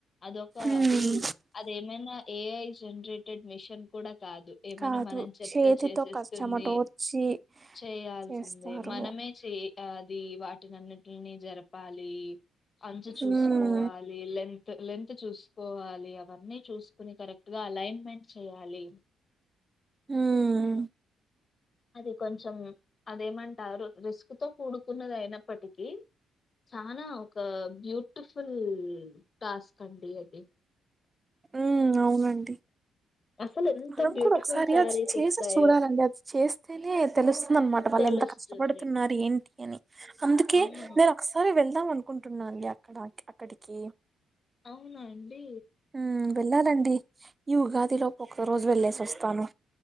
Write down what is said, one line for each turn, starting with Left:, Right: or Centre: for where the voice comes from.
Left: అదొక
Right: ఉమ్.
Left: అది అదేమన్నా ఏఐ జనరేటెడ్ మిషన్ కూడ కాదు ఏమైన
Right: కాదు
Left: మనం చెప్తే
Right: చేతితో
Left: చేసిస్తుంది
Right: కష్టమటోర్చి
Left: చేయాల్సిందే
Right: చేస్తారు
Left: మనమే చే అది వాటినన్నింటిని జర పాలి అంచు చూసుకోవాలి
Right: ఉమ్
Left: లెంత్ లెంతు చూసుకోవాలి అవన్నీ చూసుకుని కరెక్ట్ గ అలైన్మెంట్ చేయాలి
Right: హ్మ్
Left: అది కొంచెం అదేమంటారు రిస్క్ తో కూడుకున్నది అయినప్పటికీ చాన ఒక బ్యూటిఫుల్ టాస్క్ అండి అది
Right: హ్మ్ అవునండి
Left: అసలు ఎంత
Right: మనం
Left: బ్యూటిఫుల్
Right: కూడ ఒకసారి
Left: శారీస్
Right: అ చేస
Left: వస్తాయో
Right: చూడాలండిది చేస్ చేస్తేనే తెలుస్తుంది అనమాట వాళ్ళు
Left: తెలుస్తుంది.
Right: ఎంత కష్టపడుతున్నారు ఏంటి అని అందుకే
Left: అవును
Right: నేను ఒకసారి వెళ్దాం అనుకుంటున్నాను అక్కడ అక్కడికి
Left: అవునాండి
Right: హ్మ్ వెళ్ళాలండి ఈ ఉగాది లోపు ఒక్క రోజు వెళ్ళేసి వస్తాను